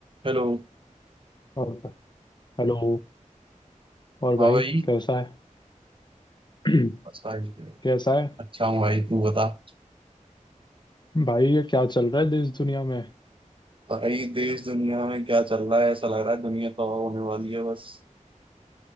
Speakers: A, on the right (about 40°); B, on the left (about 35°).
A: Hello
B: और हेलो और
A: हाँ
B: भाई
A: भाई
B: कैसा है <clears throat>
A: बस भाई
B: कैसा है
A: अच्छा हूँ भाई तू बता
B: भाई ये क्या चल रहा है देश दुनिया में
A: भाई देश दुनिया में क्या चल रहा है ऐसा लग रहा है दुनिया तो होने वाली है बस